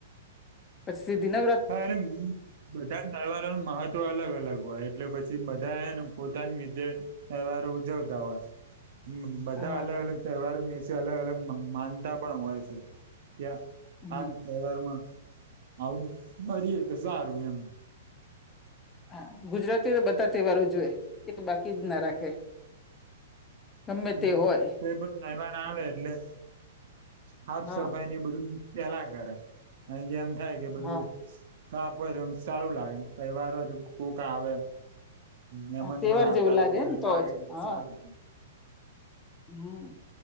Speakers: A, on the left; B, on the right.
A: પછી શીઘી ન.
B: હારમ. બધા તહેવારો નુ મહત્વ અલગ અલગ હોય એટલે પછી બધા એને પોતાની લીધે તહેવારે ઉજવતા હોય. બધા
A: હા
B: અલગ અલગ તહેવારો દિવસે અલગ અલગ મ માનતા પણ હોય છે કે આ. હાલ
A: હમ
B: તહેવારમાં આવું કરીએ તો સારું એમ.
A: હા ગુજરાતીઓ તો બધા તહેવારો ઉજવે એક બાકી જ ના રાખે. ગમે
B: તો
A: તે હોય
B: કોઇ પણ તેવહાર આવે એટલે હાફ
A: હા
B: સફાઈ ની બધું. પેલા કરે અહી કે એમ થાય કે બધું.
A: હા
B: સાફ હોય તો એમ સારું લાગે તહેવાર હોય તો કોક આવે મેમાન
A: હા, તહેવાર
B: પણ આવતા
A: જેવું
B: હોય તો એમ
A: ને
B: લાગે
A: જ હા
B: સારું
A: હમ